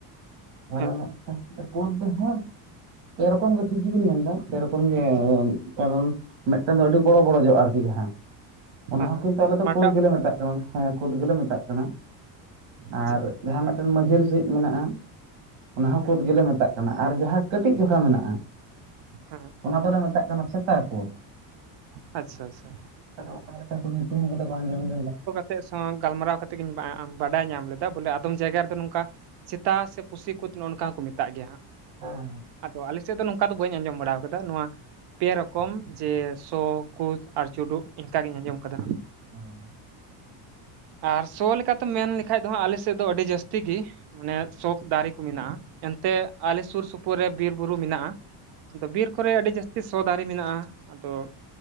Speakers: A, on the right; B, on the right.
A: <unintelligible>
B: ᱦᱮᱸ
A: ᱠᱳᱫ ᱫᱚ ᱦᱟᱸ ᱯᱮ ᱨᱚᱠᱚᱢ ᱜᱮ ᱴᱷᱤᱠ ᱜᱮᱵᱤᱱ ᱢᱮᱱᱫᱟ ᱯᱮ ᱨᱚᱠᱚᱢ ᱜᱮ ᱠᱟᱨᱚᱱ ᱢᱤᱫᱴᱟᱝ ᱫᱚ ᱟᱹᱰᱤ ᱵᱚᱲᱚ ᱵᱚᱲᱚ ᱡᱚᱜᱼᱟ ᱟᱨᱠᱤ ᱡᱟᱦᱟᱸ
B: ᱦᱮᱸ
A: ᱚᱱᱟ ᱦᱚᱸ
B: ᱦᱮᱸ
A: ᱠᱤᱱᱛᱩ ᱟᱞᱮ ᱫᱚ ᱠᱳᱫ
B: ᱚᱱᱟᱴᱟᱜ
A: ᱜᱮᱞᱮ ᱢᱮᱛᱟᱜ ᱠᱟᱱᱟ ᱦᱮᱸ ᱠᱳᱫ ᱜᱮᱞᱮ ᱢᱮᱛᱟᱜ ᱠᱟᱱᱟ, ᱟᱨ
B: ᱟᱪᱪᱷᱟ
A: ᱡᱟᱦᱟᱸ ᱢᱤᱫᱴᱮᱱ ᱢᱟᱺᱡᱷᱟᱹᱨᱤ ᱥᱟᱦᱤᱡ ᱢᱮᱱᱟᱜᱼᱟ ᱚᱱᱟ ᱦᱚᱸ
B: ᱦᱮᱸ
A: ᱠᱳᱫ ᱜᱮᱞᱮ ᱢᱮᱛᱟᱜ ᱠᱟᱱᱟ, ᱟᱨ ᱡᱟᱦᱟᱸ ᱠᱟᱹᱴᱤᱡ ᱡᱚᱠᱷᱟ ᱢᱮᱱᱟᱜᱼᱟ
B: ᱦᱮᱸᱻ᱾
A: ᱚᱱᱟ ᱫᱚᱞᱮ ᱢᱮᱛᱟᱜ ᱠᱟᱱᱟ ᱥᱮᱛᱟ ᱠᱳᱫ᱾
B: ᱟᱪᱪᱷᱟ ᱟᱪᱪᱷᱟ
A: ᱚᱠᱟ ᱞᱮᱠᱟ ᱠᱚ ᱧᱩᱛᱩᱢ ᱠᱟᱫᱟ ᱟᱧᱡᱚᱢ <unintelligible>
B: ᱟᱯᱮ ᱥᱟᱣ ᱜᱟᱞᱢᱟᱨᱟᱣ ᱠᱟᱛᱮᱜ ᱜᱤᱧ ᱵᱟᱰᱟᱭ ᱧᱟᱢ ᱞᱮᱫᱟ ᱵᱚᱞᱮ ᱟᱫᱚᱢ ᱡᱟᱭᱜᱟ ᱨᱮᱫᱚ ᱱᱚᱝᱠᱟ ᱥᱮᱛᱟ ᱥᱮ ᱯᱩᱥᱤ ᱠᱩᱫ ᱱᱚᱜᱼᱚ ᱱᱚᱝᱠᱟ ᱠᱚ ᱢᱮᱛᱟᱜ ᱜᱮᱭᱟ ᱦᱟᱸᱜ
A: ᱦᱮᱸ
B: ᱟᱫᱚ ᱟᱞᱮ ᱥᱮᱫ ᱫᱚ ᱱᱚᱝᱠᱟ ᱠᱟ ᱫᱚ ᱵᱟᱹᱧ ᱟᱸᱡᱚᱢ ᱵᱟᱲᱟᱣ ᱠᱟᱫᱟ᱾ ᱱᱚᱣᱟ ᱯᱮ ᱨᱚᱠᱚᱢ ᱡᱮ ᱥᱚ, ᱠᱷᱳᱫᱽ ᱟᱨ ᱪᱩᱰᱩᱜ ᱤᱱᱠᱟᱜᱤᱧ ᱟᱸᱡᱚᱢ ᱠᱟᱫᱟ᱾
A: <inaudible>
B: ᱟᱨ ᱥᱚ ᱞᱮᱠᱟᱛᱮᱢ ᱢᱮᱱ ᱞᱮ ᱠᱷᱟᱡ ᱫᱚ ᱦᱟᱸᱜ ᱟᱞᱮ ᱥᱮᱫ ᱫᱚ ᱟᱹᱰᱤ ᱡᱟᱹᱥᱛᱤ ᱜᱮ ᱢᱟᱱᱮ ᱥᱚᱠᱷ ᱫᱟᱨᱮ ᱠᱚ ᱢᱮᱱᱟᱜᱼᱟ, ᱮᱱᱛᱮ ᱟᱞᱮ ᱥᱩᱨ ᱥᱩᱯᱩᱨ ᱯᱩᱨ ᱨᱮ ᱵᱤᱨᱼᱵᱩᱨᱩ ᱢᱮᱱᱟᱜᱼᱟ, ᱟᱫᱚ ᱵᱤᱨ ᱠᱚᱨᱮ ᱟᱹᱰᱤ ᱡᱟᱹᱥᱛᱤ ᱥᱚ ᱫᱟᱨᱮ ᱢᱮᱱᱟᱜᱼᱟ, ᱟᱫᱚ